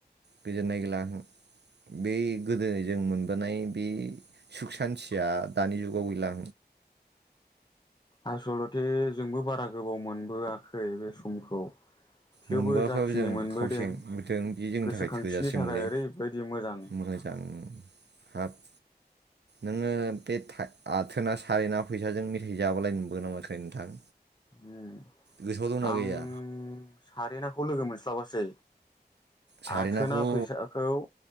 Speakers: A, on the right; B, on the left.
A: गोजोन्नाय गैला बै गोदो जों मोनबोनाय बे सुख सान्थिया दानि जुगाव गैला।
B: आसलथे जोंबो बारा गोबाव मोनबोआखै बे समखौ थेवबो
A: मोनबोआखैबाबो
B: जाखिनि
A: जों
B: मोनबोदों
A: खावसेबोदों बे जोंनि
B: गोसोखांथिनि
A: थाखाय थोजासेमोनलै
B: थाखाय ओरैबायदि मोजां
A: मोजां हाब नोङो बे था-आथोना सारेना फैसाजों मेथाइ जाबोलायनो मोनगोना मोनाखै नोंथां?
B: उम
A: गोसोआव दंना
B: आं
A: गैया
B: सारेनाखौ लोगो मोनस्लाबाखिसै।
A: सारेनाखौ
B: आथोना फैसाखौ